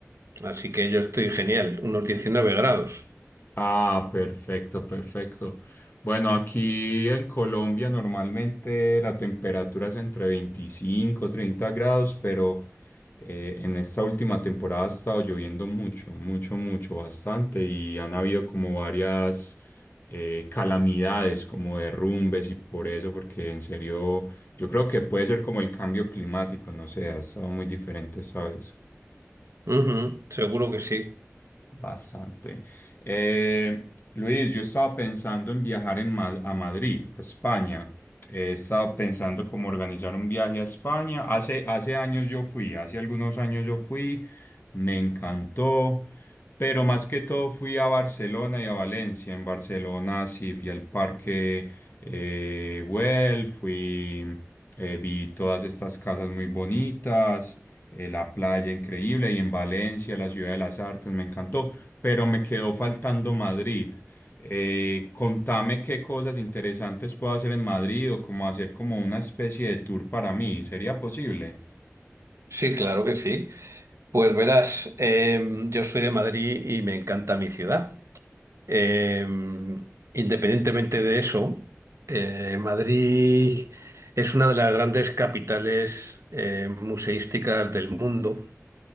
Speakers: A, on the right; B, on the left.
A: Así que yo estoy genial, unos 19 grados.
B: Ah, perfecto, perfecto. Bueno, aquí en Colombia normalmente la temperatura es entre 25 30 grados, pero eh, en esta última temporada ha estado lloviendo mucho, mucho, mucho, bastante y han habido como varias eh, calamidades, como derrumbes y por eso, porque en serio yo creo que puede ser como el cambio climático, no sé, ha estado muy diferente esta vez.
A: Ujú, seguro que sí.
B: Bastante. Eh, Luis, yo estaba pensando en viajar en Ma- a Madrid, a España. He estado pensando cómo organizar un viaje a España. Hace, hace años yo fui, hace algunos años yo fui, me encantó. Pero más que todo fui a Barcelona y a Valencia. En Barcelona sí fui al parque eh, Güell, fui, eh, vi todas estas casas muy bonitas, eh, la playa increíble y en Valencia, la ciudad de las artes, me encantó, pero me quedó faltando Madrid. Eh, contame qué cosas interesantes puedo hacer en Madrid o cómo hacer como una especie de tour para mí. ¿Sería posible?
A: Sí, claro que sí. Pues verás, em, yo soy de Madrid y me encanta mi ciudad. Eh, independientemente de eso, eh, Madrid es una de las grandes capitales eh, museísticas del mundo.